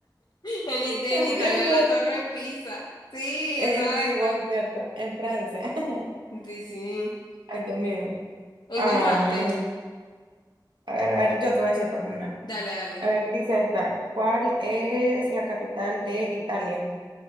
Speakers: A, on the left (about 65°); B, on the right (about 80°).
A: En, It- en
B: En,
A: Italia
B: en Fran-
A: la Torre Pisa. Sí,
B: Eh,
A: exacto.
B: sí, vos, es cierto. En Francia. <laughs>
A: Sí, sí.
B: Ay, Dios mío.
A: ¿Encontraste?
B: Ah, a ver, a ver, yo te voy a decir pues una.
A: Dale, dale.
B: A ver, dice esta, ¿cuál es la capital de Italia?